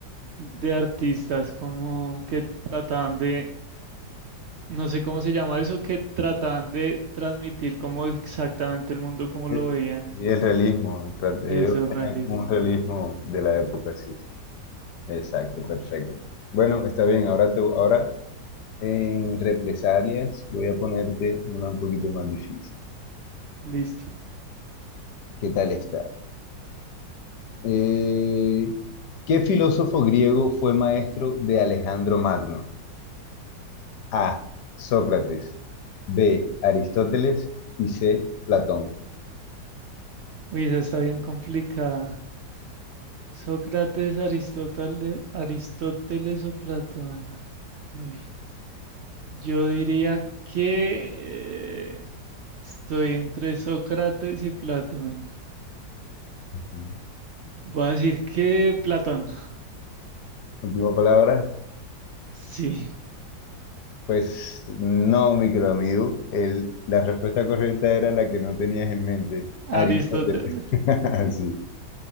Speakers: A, on the right (about 85°); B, on the left (about 70°).
A: de artistas, como que trataban de, no sé cómo se llama eso, que trataban de transmitir como exactamente el mundo como
B: El,
A: lo veían.
B: y el realismo, tra-
A: Eso
B: ellos
A: es
B: tenían
A: realismo.
B: como un realismo de la época, sí. sí. Exacto, perfecto. Bueno, está bien. Ahora, te- ahora en represalias voy a ponerte una un poquito más difícil.
A: Listo.
B: ¿Qué tal está? Eh, ¿qué filósofo griego fue maestro de Alejandro Magno? A. Sócrates. B. Aristóteles. Y C. Platón.
A: Uy, esa está bien complicada. Sócrates, Aristóteles, Aristóteles o Platón. Uy. Yo diría que eh, estoy entre Sócrates y Platón.
B: Ujú.
A: Voy a decir que Platón.
B: Última palabra.
A: Sí,
B: Pues no, micro amigo. El- la respuesta correcta era la que no tenías en mente.
A: Aristóteles.
B: Aristóteles. <laughs>
A: <laughs>
B: Sí,